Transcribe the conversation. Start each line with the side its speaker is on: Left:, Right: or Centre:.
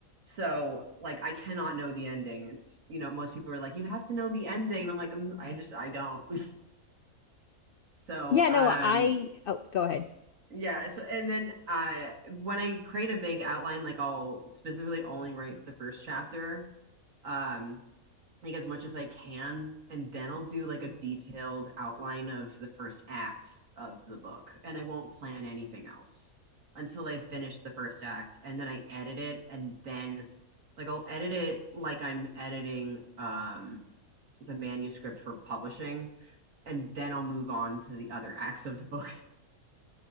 Right: So like I cannot know the ending. It's you know most people are like you have to know the ending, and I'm like I'm I just I don't. <laughs> So
Left: Yeah,
Right: um
Left: no, I oh, go ahead.
Right: yeah, so and then uh when I create a vague outline, like I'll specifically only write the first chapter, um, like as much as I can, and then I'll do like a detailed outline of the first act of the book, and I won't plan anything else until I finish the first act, and then I edit it, and then like I'll edit it like I'm editing um the manuscript for publishing, and then I'll move on to the other acts of the book.